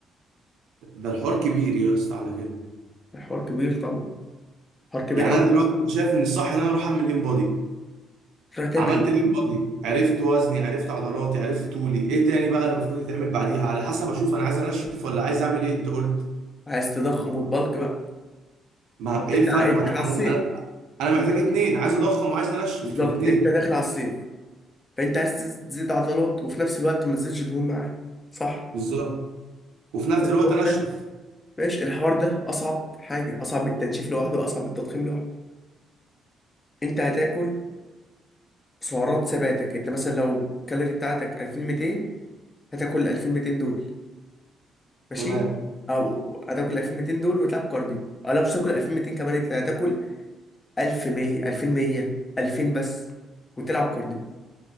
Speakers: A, on the right (about 80°); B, on the left (about 25°).
A: ده الحوار كبير يا اسطى على كده
B: الحوار كبير طبعا حوار كبير
A: يعني
B: قوي
A: أنا دلوقتي أنت شايف إن الصح إن أنا أروح أعمل إن
B: تروح تعمل
A: عملت
B: ايه
A: لين بادي عرفت وزني عرفت عضلاتي عرفت طولي ايه تاني بقى اللي المفروض يتعمل بعديها على حسب اشوف انا عايز انشف ولا عايز اعمل ايه انت قلت
B: عايز تضخم وتبلك بقى
A: ما
B: بس
A: ايه
B: انت
A: الفرق
B: عايز
A: ما
B: داخل
A: انا
B: على الصيف
A: انا انا انا محتاج
B: انت-
A: اتنين عايز اضخم وعايز انشف
B: بالظبط
A: في الاتنين
B: انت داخل على الصيف فانت عايز تز- تزيد عضلات وفي نفس الوقت ما تزيدش دهون معاه صح
A: بالظبط وفي نفس
B: الحوار
A: الوقت انشف
B: ده ماشي الحوار ده اصعب حاجه اصعب من التنشيف لوحده واصعب من التضخيم لوحده انت هتاكل سعرات ثباتك انت مثلا لو الكالوري بتاعتك 2200 هتاكل 2200 دول ماشي
A: تمام
B: او هتاكل 2200 دول وتلعب كارديو او لا مش تاكل 2200 كمان انت هتاكل 1100 2100 2000 بس وتلعب كارديو